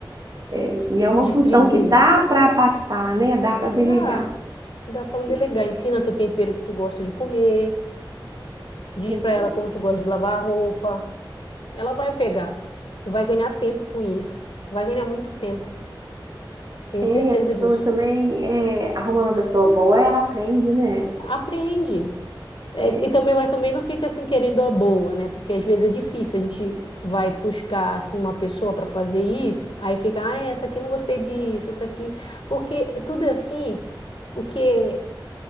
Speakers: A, on the right; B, on the left.
A: É, e é uma
B: distribui.
A: função que dá para passar, né? Dá para delegar.
B: Dá, dá para delegar.
A: É,
B: Ensina teu tempero que tu gosta de comer. Diz
A: pois
B: para ela
A: é.
B: como tu gosta de lavar a roupa. Ela vai pegar. Tu vai ganhar tempo com isso. Vai ganhar muito tempo. Tenho
A: É,
B: certeza
A: e a pessoa
B: disso.
A: também, é, arrumando uma pessoa boa, ela aprende, né?
B: Aprende. É,
A: É,
B: e também, mas também não fica assim querendo a boa, né? Porque às vezes é difícil, a gente vai buscar assim uma pessoa para fazer isso, aí fica, ah, é, essa aqui não gostei disso, essa aqui, porque tudo é assim, o que